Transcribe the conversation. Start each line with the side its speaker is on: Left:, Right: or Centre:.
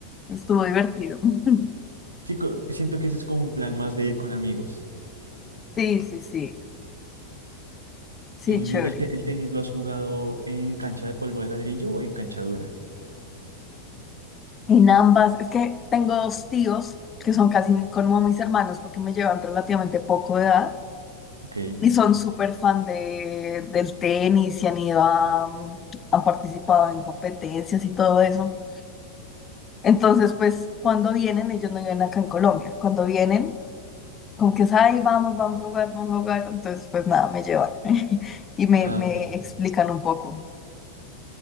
Left: estuvo divertido. <laughs>
Right: Sí, co- siento que ese es como un plan más de ir con amigos.
Left: Sí, sí, sí. Sí,
Right: ¿Y
Left: chévere.
Right: el, te- el tenis lo has jugado en cancha de polvo de ladrillo o en cancha dura?
Left: En ambas, es que tengo dos tíos que son casi como mis hermanos porque me llevan relativamente poco de edad
Right: Ok.
Left: y son súper fan de, del tenis y han ido a, han participado en competencias y todo eso. Entonces, pues cuando vienen, ellos no viven acá en Colombia. Cuando vienen, como que es, ay, vamos, vamos a jugar, vamos a jugar. Entonces, pues nada, me llevan <laughs> y me,
Right: Ah,
Left: me
Right: ok.
Left: explican un poco.